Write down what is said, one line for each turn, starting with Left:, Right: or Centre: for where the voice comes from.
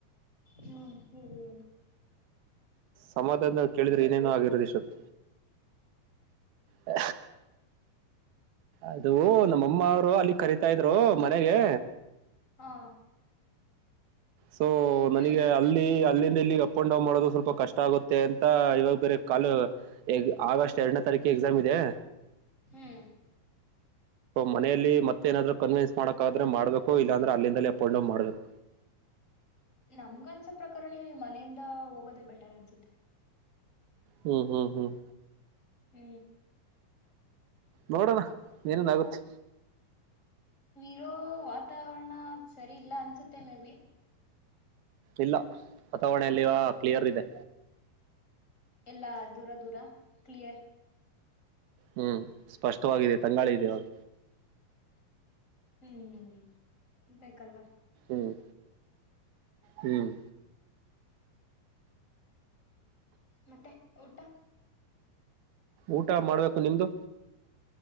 Left: ಹಾ ಹೇಳಿ ಹೇಳಿ
Right: ಸಮಾಧಾನದಲ್ ಕೇಳಿದ್ರೆ ಏನೇನೋ ಆಗಿರೋದ್ ಇಷ್ಟೊತ್ ಹ ಅದು ನಮ್ಮಮ್ಮ ಅವ್ರು ಅಲ್ಲಿ ಕರಿತಾ ಇದ್ರು ಮನೆಗೆ
Left: ಹಾ
Right: ಸೊ ನನಿಗೆ
Left: ಹ್ಮ್
Right: ಅಲ್ಲಿ ಅಲ್ಲಿಂದ ಇಲ್ಲಿ ಅಪ್ ಅನ್ ಡೌನ್ ಮಾಡೋದು ಸ್ವಲ್ಪ ಕಷ್ಟ ಆಗುತ್ತೆ ಅಂತ ಇವಾಗ್ ಬೇರೆ ಕಾಲು ಆಗಸ್ಟ್ ಎರಡನೇ ತಾರೀಕು ಎಕ್ಸಾಮ್ ಇದೆ
Left: ಹ್ಮ್
Right: ಮನೆಯಲ್ಲಿ ಮತ್ತೆ ಮತ್ತೇನಾದ್ರು ಕನ್ವಿನ್ಸ್ ಮಾಡಕ್ಕಾದ್ರೆ ಮಾಡ್ಬೇಕು ಇಲ್ಲಾಂದ್ರೆ ಅಲ್ಲಿಂದಲೇ ಅಪ್ ಅಂಡ್ ಡೌನ್ ಮಾಡ್ಬೇಕು
Left: ನಮ್ಗ ಅನ್ಸೋ ಪ್ರಕಾರ ಮನೆಯಿಂದ ಹೋಗೋದೇ ಬೆಟರ್ ಅನ್ಸುತ್ತೆ
Right: ಹ್ಮ್ ಹ್ಮ್ ಹ್ಮ್
Left: ಹು
Right: ನೋಡಣ ಏನೇನ್ ಆಗುತ್ತೆ
Left: ಇರೊ ವಾತಾವರಣ ಸರಿ ಇಲ್ಲ ಅನ್ಸುತ್ತೆ ಮೇ ಬಿ
Right: ಇಲ್ಲ ವಾತಾವಣೆೆಯಲ್ಲಿಯ ಕ್ಲಿಯರ್ ಇದೆ
Left: ಎಲ್ಲಾ ದೂರ ದೂರ ಕ್ಲಿಯರ್
Right: ಹ್ಮ್ ಸ್ಪಷ್ಟವಾಗಿದೆ ತಂಗಾಳಿ ಇದೆ ಅವಾಗ
Left: ಹ್ಮ್ ಇರ್ ಬೇಕಲ್ವಾ
Right: ಹ್ಮ್ ಹ್ಮ್
Left: ಮತ್ತೆ ಊಟ
Right: ಊಟ ಮಾಡ್ಬೇಕು ನಿಮ್ದು